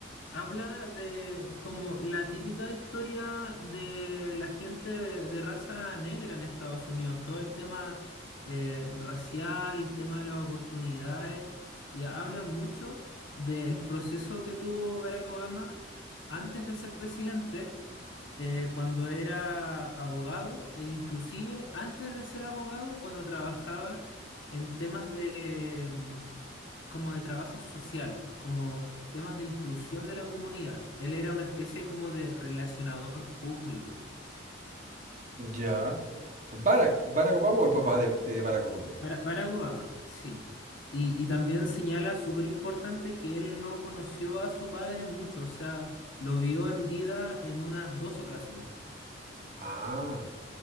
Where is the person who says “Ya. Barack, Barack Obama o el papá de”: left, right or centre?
Right